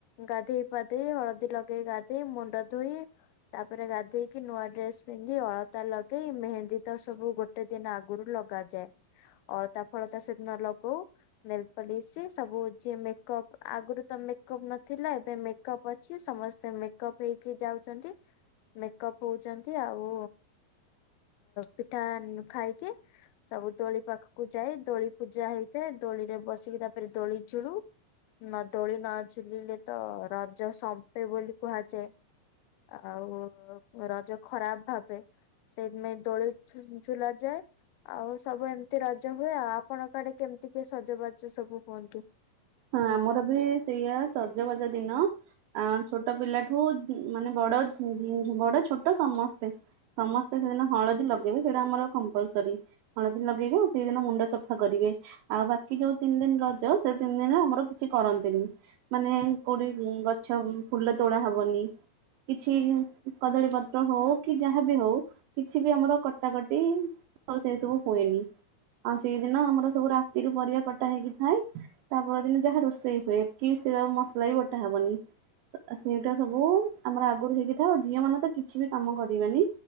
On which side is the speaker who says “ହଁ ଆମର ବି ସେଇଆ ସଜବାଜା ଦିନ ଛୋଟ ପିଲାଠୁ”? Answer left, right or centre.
Right